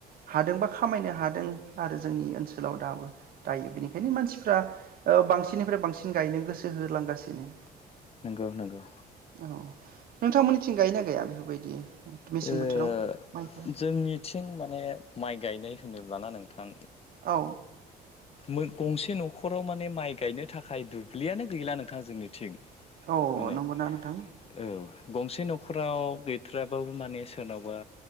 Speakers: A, on the right; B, on the left.
A: हादों बा खामायनो हादों आरो जोंनि ओनसोलाव दाबो दायो बेनिखायनो मानसिफ्रा बांसिननिफ्राय बांसिन गायनो गोसो होलांगासिनो
B: नोंगौ नोंगौ
A: औ नोंथांमोननिथिं गायोना गैया बेफोरबायदि मेसें
B: जोंनिथिं
A: बोथोराव माइफोर
B: माने माइ गायनाय होनोब्लाना नोंथां
A: औ
B: मोन गंसे न'खराव माने माइ गायनो थाखाय दुब्लियानो गैला नोंथां जोंनिथिं
A: औ
B: माने
A: नंगौना नोंथां
B: औ गंसे न'खराव गैथ्राबाबो माने सोरनावबा